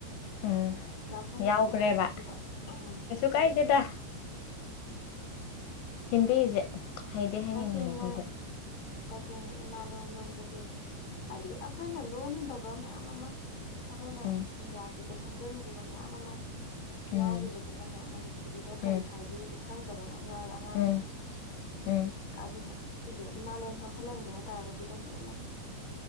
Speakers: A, on the left (about 75°); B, on the left (about 65°).
A: ꯎꯝ
B: ꯌꯥꯎꯁꯟꯒꯤꯕꯩ
A: ꯌꯥꯎꯈ꯭ꯔꯦꯕ
B: ꯍꯩꯅꯈꯤꯕ ꯎꯝ
A: ꯀꯥꯏꯗꯦꯗ
B: <unintelligible>
A: ꯍꯤꯟꯗꯤꯁꯦ ꯍꯩꯗꯤ
B: ꯇꯁꯦꯡꯅ
A: ꯍꯩꯅꯤꯡꯕꯅꯦ ꯑꯩꯈꯣꯏꯁꯦ
B: ꯇꯁꯦꯡꯅ ꯏꯃꯥ ꯂꯣꯟ ꯂꯣꯟꯕꯁꯦ ꯍꯥꯏꯗꯤ ꯑꯩꯈꯣꯏꯅ ꯂꯣꯟꯗꯕ ꯃꯌꯥꯝ ꯑꯃ ꯑꯩꯈꯣꯏꯅ
A: ꯎꯝ
B: ꯏꯪꯒ꯭ꯔꯥꯖꯤꯗ ꯁꯝꯖꯤꯟꯈꯤꯕ ꯃꯌꯥꯝ ꯑꯃ
A: ꯎꯝ
B: ꯌꯥꯎꯈꯤꯕꯗꯨꯅꯅꯦ ꯃꯅꯤꯄꯨꯔꯤꯗ
A: ꯎꯝ
B: ꯀꯔꯤ ꯍꯥꯏꯒꯦꯁꯦ ꯈꯪ ꯗꯕ ꯃꯌꯥꯝ ꯌꯥꯎꯋꯦꯕ ꯑꯉꯥꯡꯅꯒ
A: ꯎꯝ ꯎꯝ
B: ꯑꯗꯨꯅ ꯁꯤꯖꯦ ꯏꯃꯥꯂꯣꯟ ꯆꯥꯎꯈꯠꯍꯟꯒꯦ ꯍꯥꯏꯇꯥꯔꯒꯗꯤ ꯇꯁꯦꯡꯅ